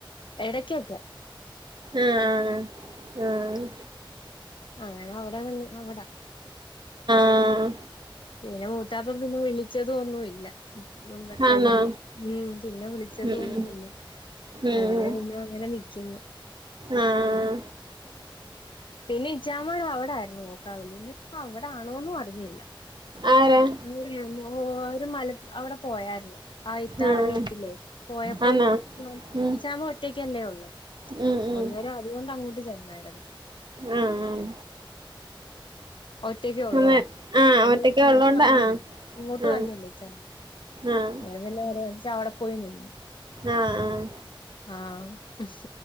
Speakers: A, on the left (about 65°); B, on the right (about 60°).
A: എടക്യക്കൊക്കെ
B: ആഹ് ആഹ്
A: അങ്ങനെ അവടാ വന്ന് അവടാ
B: ആഹ്
A: പിന്നെ മൂത്താപ്പ പിന്നെ വിളിച്ചതു ഒന്നു ഇല്ല മുൻപ് കല്യാണം
B: ആന്നോ
A: ഉം പിന്നെ വിളിച്ചതൊന്നുമില്ല
B: ഉം ഉം
A: അങ്ങനെ പിന്നങ്ങനെ നിക്ക്ന്ന്
B: ആഹ്
A: പിന്നെ ഇച്ചാമാ അവടായിരുന്നു നോക്കാവേ നി ഇപ്പ അവട ആണോന്നു അറിഞ്ഞില്ല
B: ആരാ
A: <unintelligible> അവിടെ പോയായിരുന്നു ആ ഇത്താടെ
B: ആഹ്
A: വീട്ടിലേ പോയപ്പം
B: ആന്നോ ഉം
A: ചാമ ഒറ്റയ്ക്കല്ലേ ഒള്ളൂ
B: ഉം ഉം
A: അന്നേരം അതുകൊണ്ട് അങ്ങോട്ട് ചെന്നായിരുന്നു
B: ആഹ് ആഹ്
A: ഒറ്റക് ഒള്ളോണ്ട്
B: അതെ ആഹ്
A: അന്ന്
B: ഒറ്റക്ക്
A: ഇങ്ങട്ട്
B: ഉള്ളോണ്ട്
A: വന്നില്ല
B: ആഹ്
A: ഇങ്ങോട്ട്
B: ആഹ്
A: വന്നില്ലേ ഇച്ചൻ
B: ആഹ്
A: അങ്ങെനെ പിന്നെ ഇച്ച അവിടെ പോയി നിന്നു
B: ആഹ് ആഹ്
A: ആഹ്